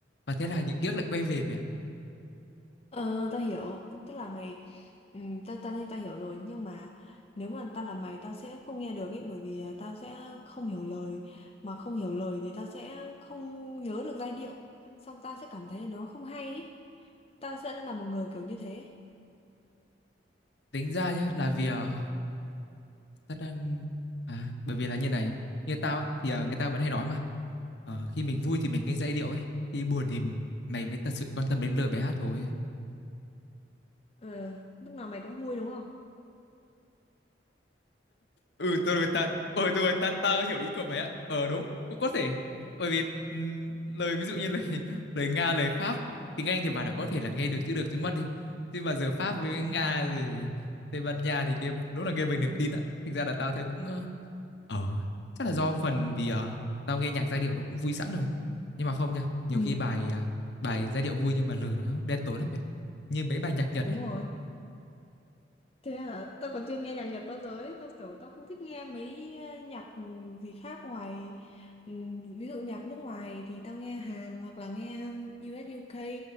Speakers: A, on the left (about 65°); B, on the left (about 30°).
A: Và thế là những ký ức lại quay về mẹ
B: ờ tao hiểu tức tức là mày ừ, tao tao thấy tao hiểu rồi nhưng mà nếu mà tao là mày tao sẽ không nghe được ấy bởi vì là tao sẽ không hiểu lời mà không hiểu lời thì tao sẽ không nhớ được giai điệu xong tao sẽ cảm thấy là nó không hay ấy tao sẽ là một người kiểu như thế
A: Tính ra nhá, là vì, ờ, tao đang à, bởi vì là như này, như tao á, thì, ờ, người ta vẫn hay nói mà, ờ, khi mình vui thì mình nghe giai điệu ấy, khi buồn thì mày mới thật sự quan tâm đến lời bài hát thôi.
B: Ờ, lúc nào mày cũng vui đúng không?
A: ừ tôi rồi ta ờ tôi rồi ta ta hiểu ý của mày á ờ đúng cũng có thể bởi vì ừm, lời ví dụ như lời <laughs> lời Nga lời Pháp tiếng Anh thì bảo là có thể là nghe được chữ được chữ mất đi nhưng mà giờ Pháp với Nga rồi Tây Ban Nha thì kia đúng là nghe bằng niềm tin á thành ra là tao thấy cũng ờ ờ, chắc là do phần vì ờ, tao nghe nhạc giai điệu nó cũng vui sẵn rồi nhưng mà không nha nhiều
B: Ừ.
A: khi bài ờ, bài giai điệu vui nhưng mà lời nó đen tối lắm mẹ ạ. như mấy bài nhạc Nhật
B: Đúng
A: ấy,
B: rồi. Thế hả? Tao còn chưa nghe nhạc Nhật bao giờ ấy. Tao kiểu tao không thích nghe mấy ờ, nhạc gì khác ngoài ừm, ví dụ nhạc nước ngoài thì tao nghe Hàn hoặc là nghe US UK